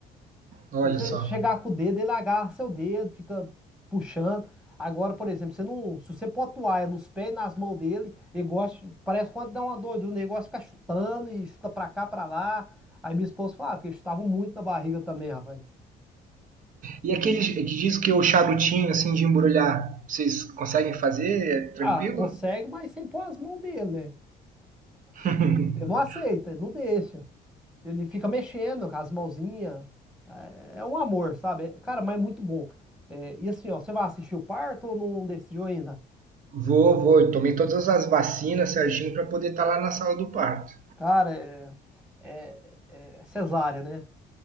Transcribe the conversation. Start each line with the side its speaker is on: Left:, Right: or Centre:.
Right: Olha
Centre: Se você
Right: só.
Centre: chegar com o dedo, ele agarra seu dedo, fica puxando. Agora, por exemplo, você não, se você pôr toalha nos pés e nas mãos dele, ele gosta. Parece quando dá uma doida, o negócio fica chutando e chuta pra cá, pra lá. Aí minha esposa falava que eu chutava muito na barriga também, rapaz.
Right: E aquele que diz que é o charutinho assim de embrulhar, vocês conseguem fazer? É tranquilo?
Centre: Ah, consegue, mas sem pôr as mãos dele, né?
Right: <laughs>
Centre: Ele não aceita, ele não deixa. Ele fica mexendo com as mãozinhas. É é um amor, sabe? É- Cara, mas é muito bom. É, e assim, ó, você vai assistir o parto ou não decidiu ainda?
Right: Vou, vou. Eu tomei todas as vacinas certinho para poder estar lá na sala do parto.
Centre: Cara, é, é- é cesárea, né?